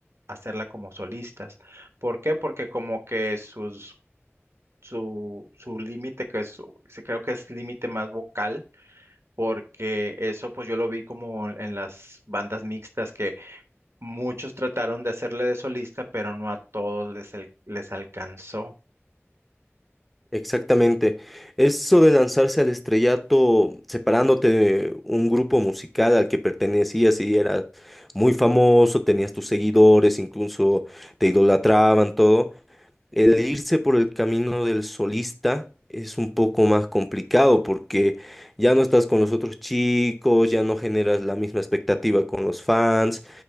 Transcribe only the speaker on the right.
hacerla como solistas. ¿Por qué? Porque como que sus, su, su límite, que es, sí creo que es límite más vocal, porque eso pues yo lo vi como en las bandas mixtas que muchos trataron de hacerle de solista, pero no a todos les, al- les alcanzó.